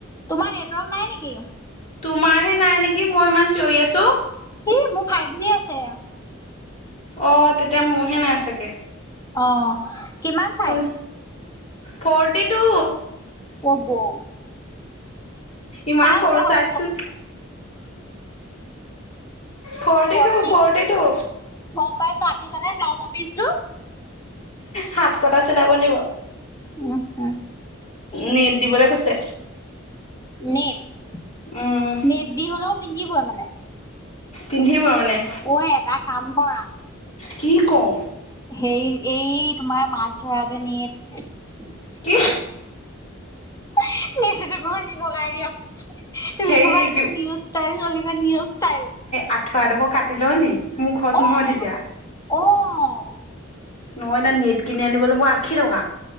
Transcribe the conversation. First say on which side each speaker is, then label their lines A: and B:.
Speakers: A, on the left (about 15°); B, on the left (about 35°).
A: তোমাৰ নেটৱৰ্ক নাই নেকি?
B: তোমাৰ হে নাই নেকি মই ইমান চিঞৰি আছো।
A: কি মোৰ ফাইভ জি আছে।
B: অ, তেতিয়া মোৰহে নাই চাগে।
A: অ', কিমান চাইজ?
B: কোন ফৰটি টু
A: <unintelligible>
B: ইমান
A: কাৰ
B: সৰু
A: ব্লাউজ
B: চাইজটো ফৰ্টি
A: ফৰটি
B: টো - ফৰ্টি টো।
A: গম পাইছো আটিছে নে ব্লাউজৰ পিচটো?
B: হাত কটা চিলাব লাগিব,
A: উম উম
B: নেট দিবলৈ কৈছে।
A: নেট -
B: উম
A: নেট দি হ'লেও পিন্ধিবই মানে?
B: পিন্ধিবই আৰু মানে।
A: অই এটা কাম কৰা।
B: কি কও।
A: হেৰি এই তোমাৰ মাছ ধৰা যে নেট
B: কি
A: <unintelligible> তুমি
B: হেৰি
A: কবা এইটো
B: কি
A: নিউ ষ্টাইল, চলিছে নিউ ষ্টাইল।
B: আঠুৱাডোখৰ কাটি লওঁ নি মোৰ খৰচ
A: অ
B: নহয়
A: সেইটো
B: তেতিয়া।
A: অ'
B: নহয় এতিয়া নেট কিনি আনিবলৈ মোৰ আশী টকা।